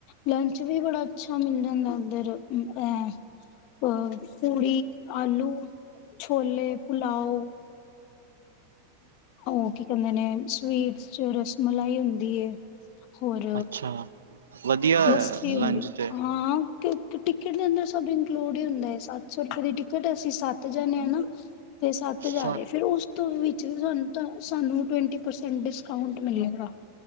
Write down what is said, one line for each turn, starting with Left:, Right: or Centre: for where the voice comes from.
Left: ਲੰਚ ਵੀ ਬੜਾ ਅੱਛਾ ਮਿਲ ਜਾਂਦਾ, ਇੱਧਰ ਅ ਅ ਪੂੜੀ, ਆਲੂ, ਛੋਲੇ, ਪੁਲਾਓ ਔ ਨੇ ਸਵੀਟ 'ਚ ਮਲਾਈ ਹੁੰਦੀ ਏ। ਹੋਰ
Right: ਅੱਛਾ ਵਧੀਆ
Left: ਲੱਸੀ
Right: ਹੈ
Left: ਹੁੰਦੀ,
Right: ਲੰਚ ਤੇ
Left: ਹਾਂ। ਟਿਕਟ ਦੇ ਅੰਦਰ ਸਭ ਇੰਕਲੂਡ ਹੀ ਹੁੰਦਾ ਹੈ, ਸੱਤ ਸੌ ਰੁਪਏ ਦੀ ਟਿਕਟ, ਅਸੀਂ ਸੱਤ ਜਾਣੇ ਹ ਨਾ। ਤੇ ਸੱਤ
Right: ਅੱਛਾ
Left: ਹਜ਼ਾਰ ਫੇਰ ਉਸ ਤੋਂ ਵਿੱਚ ਵੀ ਨੂੰ ਸਾਨੂੰ, ਟਵੰਟੀ ਪਰਸੈਂਟ ਡਿਸਕਾਊਂਟ ਮਿਲਿਆ।